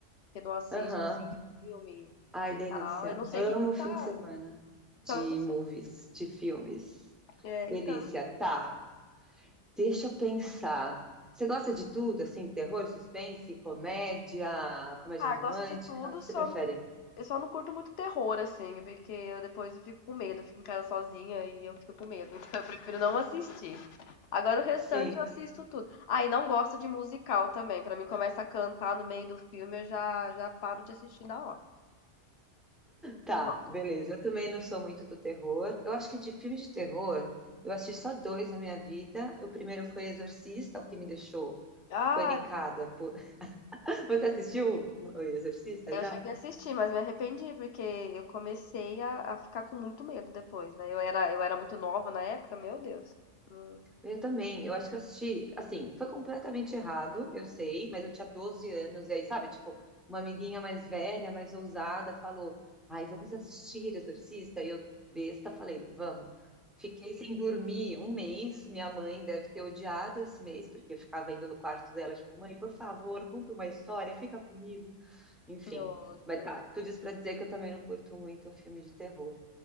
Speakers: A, on the left; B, in the centre.
A: que eu não assisto,
B: aham.
A: assim, filme
B: Ai,
A: e
B: delícia.
A: tal. Eu não sei
B: Amo
A: o que que
B: fim
A: tá.
B: de semana de
A: Então, eu não sei.
B: movies, de filmes.
A: É,
B: Delícia.
A: então.
B: Tá, deixa eu pensar. Você gosta de tudo, assim, terror, suspense, comédia, comédia
A: Ah,
B: romântica?
A: gosto de tudo,
B: O que
A: só
B: você prefere?
A: não, eu só não curto muito terror, assim, porque eu depois eu fico com medo, eu fico em casa sozinha e eu fico com medo, <laughs> então eu prefiro não assistir. Agora o restante
B: Sim.
A: eu assisto tudo. Ah, e não gosto de musical também, pra mim começa a cantar no meio do filme, eu já, já paro de assistir na hora.
B: Tá,
A: Não gosto.
B: beleza. Eu também não sou muito do terror. Eu acho que de filme de terror, eu assisti só dois na minha vida. O primeiro foi Exorcista, o que me deixou
A: Ah,
B: panicada. por- <laughs> Você assistiu o Exorcista
A: eu
B: já?
A: cheguei a assistir, mas me arrependi, porque eu comecei a, a ficar com muito medo depois, né? Eu era, eu era muito nova na época, meu Deus. Hum,
B: Eu também, eu acho que eu assisti, assim, foi completamente errado, eu sei, mas eu tinha 12 anos, e aí, sabe, tipo, uma amiguinha mais velha, mais ousada, falou, ai, vamos assistir Exorcista, e eu, besta, falei, vamos. Fiquei sem dormir um mês, minha mãe deve ter odiado esse mês, porque eu ficava indo no quarto dela, tipo, mãe, por favor, conta uma história, fica comigo, enfim.
A: Nossa.
B: Mas tá, tudo isso pra dizer que eu também não curto muito filme de terror.